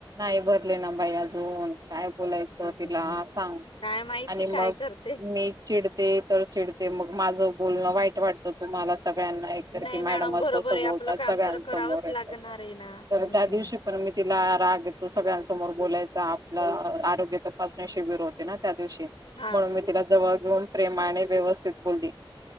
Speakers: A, on the right (about 50°); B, on the left (about 90°).
A: नाही भरले ना बाई अजून... काय बोलायचं
B: हम्म.
A: तिला सांग
B: काय माहिती
A: आणि
B: काय
A: मग
B: करते
A: मी चिड.. ते तर चिडते मग माझं बोलणं वाईट वाटतं तुम्हाला सगळ्यांना एकत
B: नाही
A: की मॅडम...
B: बरोबर आहे
A: बोलता
B: आपलं काम
A: सगळ्यांसमोर
B: तर करावंच लागणार आहे ना हम्म
A: तर त्या दिवशी पण मी तिला राग येतो सगळ्यांमोर ब आपल्या इथं आरोग्य तपास शिबर होते ना त्या दिव
B: हा
A: म्हणून मी ति जवळ घेऊन प्रमाणे व्यवस्थित बोलली